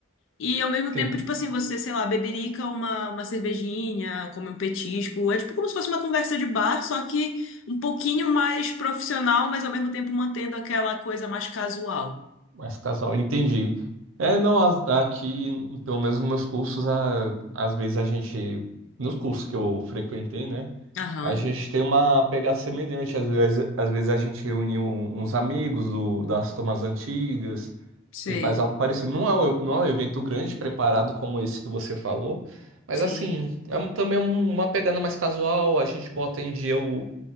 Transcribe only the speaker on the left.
e ao mesmo
tempo, tipo assim, você, sei lá, beberica uma, uma cervejinha, come um petisco, é tipo como se fosse uma conversa de bar, só que um pouquinho mais profissional, mas ao mesmo tempo mantendo aquela coisa mais casual.
Aham,
sei,
sim,